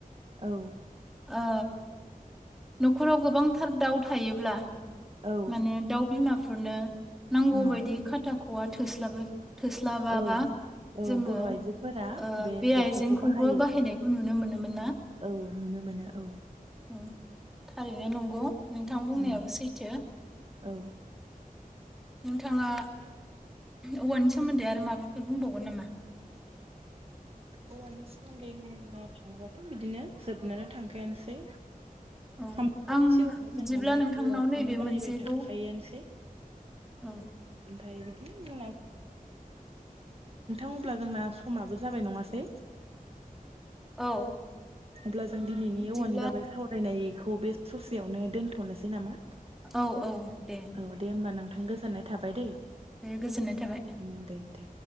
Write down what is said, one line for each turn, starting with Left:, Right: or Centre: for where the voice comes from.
Right: औ।
Centre: ओ न'खराव गोबांथार दाउ थायोब्ला
Right: औ
Centre: माने दाउ बिमा फोरनो नांगौ
Right: उम
Centre: बायदि खाथाख' खवा थोस्लाबै थोस्लाबाबा
Right: औ औ
Centre: जोङो
Right: बर'
Centre: ओ
Right: आइजोफोरा
Centre: बे
Right: जेखाइखौ
Centre: आइजेंखौबो
Right: बाहायो
Centre: बाहायनायखौ नुनो मोनोमोन ना?
Right: औ नुनो मोनो औ।
Centre: उम थारैनो नंगौ। नोंथां बुंनायाबो
Right: उम
Centre: सैथो।
Right: औ।
Centre: नोंथाङा औवानि सोमोन्दै आरो माबाफोर बुंबावगोन नामा?
Right: औवानि सोमोन्दै होननो थाङोबाथ' बिदिनो जोबनोनो थांखायानोसै।
Centre: औ
Right: हामफोनि
Centre: आं
Right: जिउआवनो जों
Centre: बिदिब्ला
Right: माने
Centre: नोंथांनाव
Right: औवाखौनो
Centre: नैबे
Right: बाहायबाय
Centre: मोनसेखौ
Right: थाखायोआनोसै।
Centre: औ
Right: <unintelligible> नोंथां अब्ला जोंना समाबो जाबाय नङासै?
Centre: औ।
Right: अब्ला जो जों दिनैनि
Centre: बिदिब्ला
Right: औवानि बागै सावरायनाय खौ बे ससेयावनो दोनथ'नोसै नामा?
Centre: औ औ दे।
Right: औ दे होमबा गोजोननाय थाबाय दै।
Centre: दे गोजोननाय थाबाय।
Right: उम दे दे